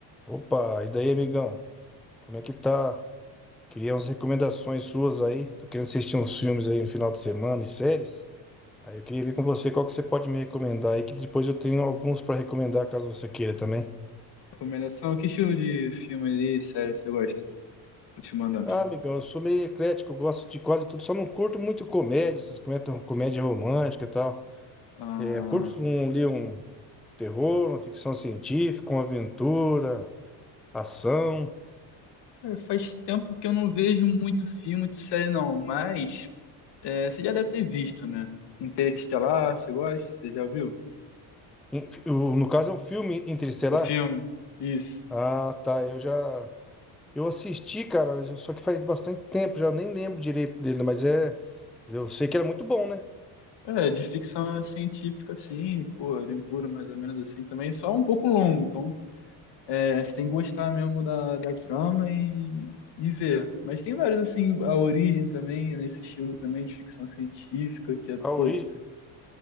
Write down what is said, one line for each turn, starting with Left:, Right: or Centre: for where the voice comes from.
Centre: Opa, e daí, amigão? Como é que tá? Queria umas recomendações suas aí. Tô querendo assistir uns filmes aí no final de semana e séries. Aí eu queria ver com você qual que você pode me recomendar aí, que depois eu tenho alguns pra recomendar caso você queira também.
Left: Recomendação? Que estilo de filme e série você gosta? Vou te mandar.
Centre: Ah, amigão, eu sou meio eclético, eu gosto de quase tudo, só não curto muito comédia, essas comédias comédia romântica e tal.
Left: Ah,
Centre: É, eu curto um, ali um terror, uma ficção científica, uma aventura, ação.
Left: cara, faz tempo que eu não vejo muito filme, muito série, não. Mas é, você já deve ter visto, né? Interestelar, você gosta? Você já viu?
Centre: Em- o- No caso é um filme interestelar.
Left: O filme? Isso.
Centre: Ah, tá, eu já. Eu assisti, cara, só que faz bastante tempo, já nem lembro direito dele, mas é. Eu sei que era muito bom, né?
Left: É, de ficção científica, assim, pô, aventura mais ou menos assim também. Só um pouco longo, então é, você tem que gostar mesmo da, da trama e, e ver. Mas tem vários, assim, a origem também, nesse estilo também de ficção científica, que é,
Centre: A origem,
Left: pô